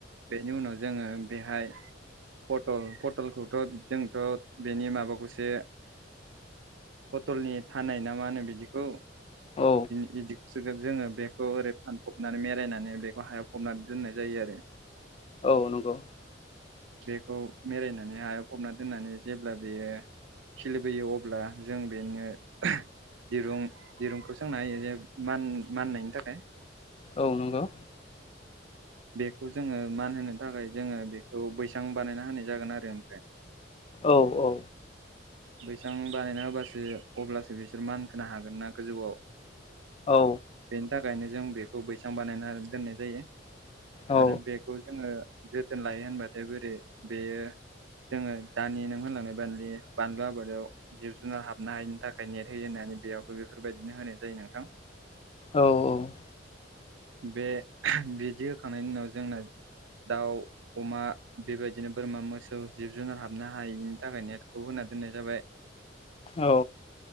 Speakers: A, on the right (about 85°); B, on the left (about 30°).
A: बेनि उनाव जोङो बेहाय पटल पटलखौथ' जोंथ' बेनि माबाखौसो पटलनि थानाय ना मा होनो बिदिखौ
B: औ
A: बिदि जोङो बेखौ ओरै फानफबनानै बेेरायनानै बेखौ हायाव फबनानै दोननाय जायो आरो।
B: औ नंगौ
A: बेखौ मेरायायनानै हायाव फबना दोननानै जेब्ला बेयो खिलिबोयो अब्ला जों बेनो दिरुं दिरुंखौ सोंना होयो जे माननायनि थाखाय
B: औ नंगौ
A: बेखौ जोङो मान होनो थाखाय जोङो बेखौ बैसां बानायना होनाय जागोन आरो ओमफ्राय।
B: औ औ।
A: बैसां बानायना होबासो अब्लासो बिसोर मानखोनो हागोन ना गोजौआव।
B: औ।
A: बिनिथाखायनो जों बेखौ बैसां बानायनानै दोननाय जायो
B: औ
A: आरो बेखौ जोङो। जोथोन लायो होनबाथाय बोरै बेयो। जोङो दानि नों होनलांनाय बान बानलु आबादाव जिब जुनार हाबनो हायिनि थाखाय नेट होयो होननानै। बेयावबो बेफोरबायदिनो होनाय जायो नोंथां।
B: औ औ।
A: बे बिदि होखांनायनि उनाव जोंना। दाउ अमा बेबायदिनो बोरमा मोसौ जिब जुनार हाबनो हायिनि थाखाय नेटखौ होनाय। दोननाय जाबाय।
B: औ।